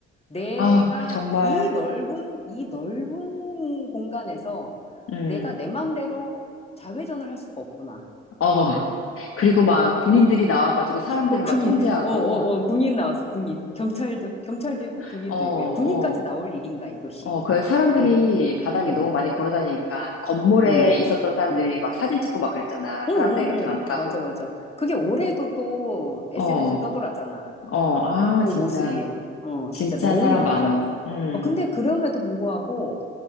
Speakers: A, on the left; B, on the left.
A: 내가
B: 아, 정말,
A: 그이 넓은 이 넓은 공간에서
B: 음,
A: 내가 내 맘대로 자회전을 할 수가 없구나.
B: 어. <laughs> 그리고 막 군인들이 나와가지고 사람들을
A: 어 군인,
B: 막 통제하고,
A: 어 어 어 군인 나왔어 군인. 경찰도 경찰도 있고
B: <laughs>
A: 군인도
B: 어,
A: 있고 야 군인까지 나올 일인가 이것이.
B: 어, 그 사람들이
A: 어,
B: 바닥에
A: 음,
B: 너무 많이 걸어 다니니까 건물에
A: 음,
B: 있었던 사람들이
A: 음.
B: 막 사진 찍고 막 그랬잖아.
A: 어, 어,
B: 사람들 이렇게 이
A: 어,
B: 많다고.
A: 맞아, 맞아. 그게 올해도 또 SNS에
B: 어,
A: 떠돌았잖아.
B: 어, 아,
A: 그
B: 진짜.
A: 모습이. 어,
B: 진짜
A: 진짜 너무
B: 사람
A: 많더라.
B: 많어. 음,
A: 어, 근데 그럼에도 불구하고